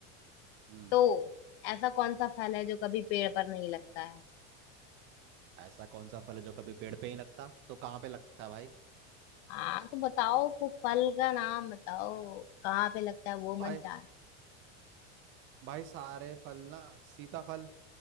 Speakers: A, on the right (about 35°); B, on the left (about 60°).
A: हम्म
B: तो ऐसा कौन सा फल है जो कभी पेड़ पर नहीं लगता है
A: ऐसा कौन सा फल है जो कभी पेड़ पे ही लगता तो कहाँ पे लगता है भाई
B: हाँ तो बताओ वो फल का नाम बताओ कहाँ पे लगता है वो
A: भाई
B: मन चाह
A: भाई सारे फल ना सीताफल